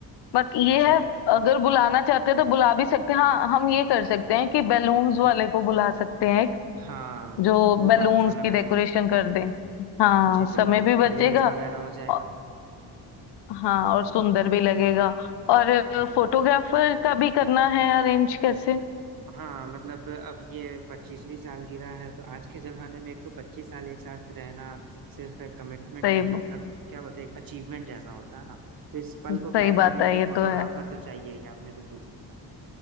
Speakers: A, on the left; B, on the right.
A: बट ये
B: अच्छा
A: है अगर बुलाना चाहते हैं तो बुला भी सकते हैं हाँ हम ये कर सकते हैं कि बैलून्स वाले
B: हम्म,
A: को बुला सकते हैं एक,
B: हाँ
A: जो
B: वो
A: बैलून्स
B: काफी समय
A: की डेकोरेशन
B: बचाएंगे
A: कर दें हाँ
B: जी बिल्कुल
A: समय भी बचेगा
B: बलून्स वगैरह हो जाएगा
A: औ- हाँ और सुंदर भी लगेगा और
B: हम्म
A: फोटोग्राफर का भी करना है अरेंज कैसे
B: हाँ मतलब अब ये पच्चीसवीं सालगिरह है तो आज के जमाने में एक तो पच्चीस साल एक साथ रहना सिर्फ एक कमिटमेंट
A: सही
B: नहीं
A: ब-
B: मतलब क्या बोलते हैं एक अचीवमेंट जैसा होता है ना तो इस पल
A: सही
B: को कैद
A: बात
B: करने
A: है
B: के लिए
A: ये
B: फोटोग्राफर
A: तो है
B: तो चाहिए ही आपने बिल्कुल सही कहा